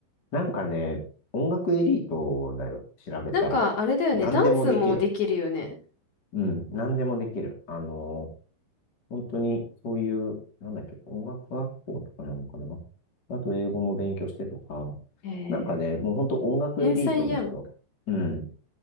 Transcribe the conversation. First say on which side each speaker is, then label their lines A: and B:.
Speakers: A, on the left (about 30°); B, on the left (about 45°).
A: なんかね、音楽エリートだよ、調べたら。
B: なんか、あれだよね。
A: 何でもできる。
B: ダンスもできるよね。
A: うん、何でもできる。あの、本当にそういう、なんだっけ、音楽学校とかなのかな。あと英語も勉強してとか、
B: えー、
A: なんかね、もう本当音楽エリートの人。
B: 天才やん。
A: うん。